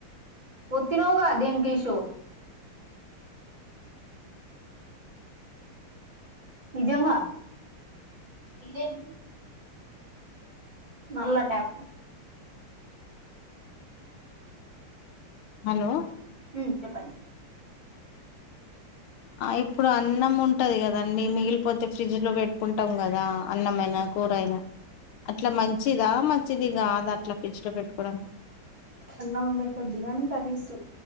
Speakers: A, on the right; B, on the left.
A: ఒత్తినావ్ గా దేనికేసో నిజంగా ఇదేంటి మల్లా ట్యాకు
B: హలో
A: హ్మ్ చెప్పండి
B: ఆ ఇప్పుడు అన్నం ఉంటది కదండి మిగిలిపోతే ఫ్రిడ్జ్ లో పెట్టుకుంటం కదా అన్నమైన కూరయినా అట్లా మంచిదా మంచిది కాదా అట్లా ఫ్రిజ్ లో పెట్టుకోవడం
A: అన్నం బెట్టొద్దు గాని కర్రీసు